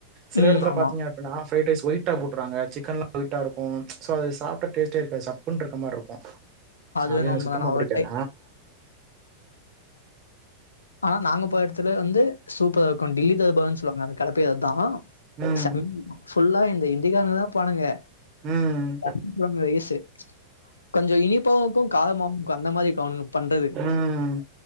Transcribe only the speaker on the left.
ம்
ஆமா.
வேணா
உண்மதான்.
நான்
ஒரு டைம் ஆனா நாங்க போற இடத்துல வந்து சூப்பரா இருக்கு டெல்லி தாபான்னு சொல்லுவாங்க அந்த கடைப்பேரு அதா
செம புல்லா இந்த ஹிந்தி காரனுக்குதா இருப்பானுங்க <inaudible>
வயசு கொஞ்சோ இனிப்பவு இருக்கு காரமாவுஇருக்கு அந்த மாதிரி இருக்கு அவனுங்க பண்றது